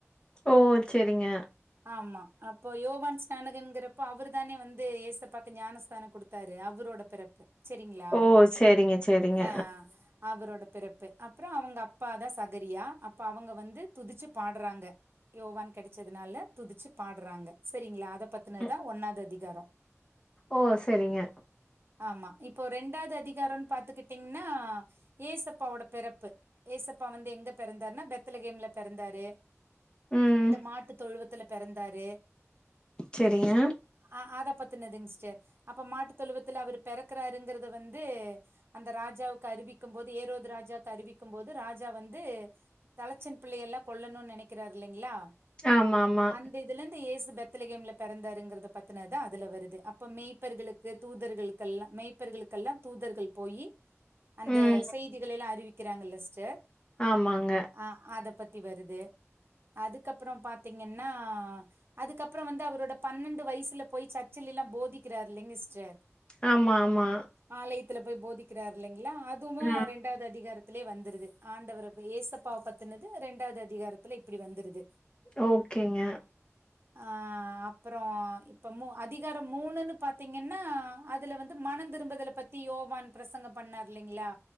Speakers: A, on the left; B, on the right.
A: ஓ சேரிங்க
B: ஆமா அப்போ யோவான் ஸ்நானகன்ங்கிறப்போ அவர் தானே வந்து ஏசப்பாக்கு ஞானஸ்தானம் குடுத் தாரு அவரோட பிறப்பு செரிங்களா
A: ஓ செரிங்க செரிங்க
B: ஆ ஆ அவரோட பிறப்பு அப்றோ அவங்க அப்பாதா சகரியா அப்ப அவங்க வந்து துதிச்சு பாட்றாங்க யோவான் கெடைச்சதுனால துதிச்சு பாட்றாங்க செரிங்களா அத பத்தினதா
A: ம்
B: ஒன்னாது அதிகாரோ
A: ஓ சேரிங்க
B: ஆமா இப்போ ரெண்டாவது அதிகாரன்னு பாத்துகிட்டீங்கன்னா ஏசப்பாவோட பிறப்பு ஏசப்பா வந்து எங்க பிறந்தாருனா பெத்தல கேம்ல பிறந்தாரு
A: ம்
B: இந்த மாட்டு தொழுவத்துல பிறந்தாரு
A: செரிங்க
B: ஆ அதா பத்தினதுங்க சிஸ்டர் அப்ப மாட்டு தொழுவத்துல அவரு பிறக்குறாருங்கறத வந்து அந்த ராஜாவுக்கு அறிவிக்கும் போது ஏரோது ராஜாவுக்கு அறிவிக்கும் போது ராஜா வந்து தலச்சன் பிள்ளைய எல்லா கொல்லணு நெனைக்கிறாரு இல்லிங்ளா
A: ஆமா ஆமா
B: அந்த இதுல இருந்து ஏசு பெத் பெத்லகேம்ல பிறந்தாருங்கறத பத்துனது அதுல வருது அப்ப மெய்ப்பர்களுக்கு தூதர்களுக்கெல்லா மெய் ர்களுக்கெல்லா தூதர்கள் போயி அந்த
A: ம்
B: செய்திகள எல்லா அறிவிக்கிறாங்கில்ல சிஸ்டர்
A: ஆமாங்க
B: ஆ அத பத்தி வருது அதுக்கப்றோ பாத்தீங்கன்னா அதுக்கப்றோ வந்து அவரோட பன்னெண்டு வயசுல போய் சர்ச்சல எல்லா போதிக்கிறாரு இல்லிங்க சிஸ்டர்
A: ஆமா ஆமா
B: ஆலயத்துல போயி போதிக்கிறாரு இல்லிங்ளா அதுவு
A: ஆ
B: ரெண்டாது அதிகாரத்து த்தில வந்துருது ஆண்டவர ஏசப்ப பத்தினது ரெண்டாவது அதிகாரத்துல இப்டி வந்துருது
A: ஓகேங்க
B: ஆ அப்றோ இப்ப மூ அதிகாரோ மூணுன்னு பாத்தீங்கன்னா அதுல வந்து மனந் திரும்பதல பத்தி யோவான் பிரசங்கப்பண்ணார் இல்லைங்களா